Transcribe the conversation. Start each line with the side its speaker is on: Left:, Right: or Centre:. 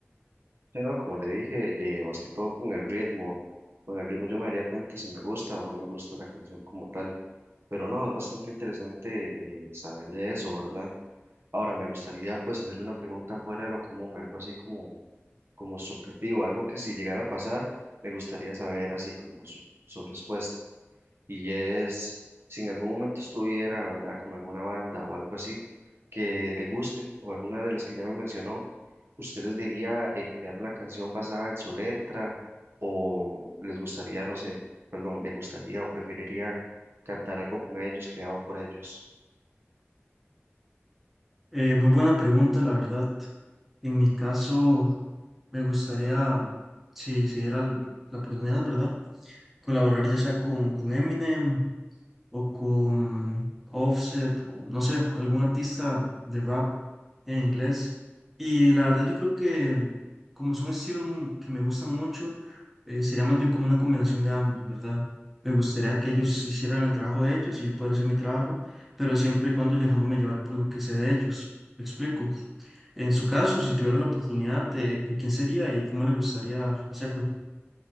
Right: Sí no como le dije, eh, más que todo con el ritmo, con el ritmo yo me daría cuenta si me gusta o no me gusta la canción como tal. Pero no, es bastante interesante eh, saber de eso, ¿verdad? Ahora, me gustaría pues hacerle una pregunta fuera de lo común, algo así como, como subjetivo, algo que si llegara a pasar, me gustaría saber así como su, su respuesta. y es si en algún momento estuviera, ¿verdad?, con alguna banda o algo así que le guste o alguna de las que ya me mencionó, ¿usted les diría en crear una canción basada en su letra o les gustaría, no sé, perdón, le gustaría o preferiría cantar algo con ellos, creado por ellos?
Centre: Eh, muy buena pregunta, la verdad. En mi caso... Me gustaría, si se diera l- la oportunidad, ¿verdad? Colaborar ya sea con, con Eminem o con Offset o no sé, algún artista de rap en inglés. Y la verdad yo creo que como son estilos mu- que me gustan mucho, eh, sería más bien como una combinación de ambos, ¿verdad? Me gustaría que ellos hicieran el trabajo de ellos y yo poder hacer mi trabajo, pero siempre y cuando dejándome llevar por lo que sé de ellos. ¿Me explico? En su caso, si tuviera la oportunidad, eh, ¿con quién sería y cómo le gustaría hacerlo?